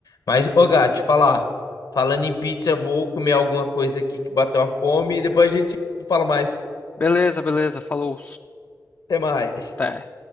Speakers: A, on the left (about 70°); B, on the left (about 35°).
A: Mas, ô gato falar. Falando em pizza, vou comer alguma coisa aqui que bateu a fome e depois a gente fala mais.
B: Beleza, beleza, falou.
A: Até mais.
B: Até.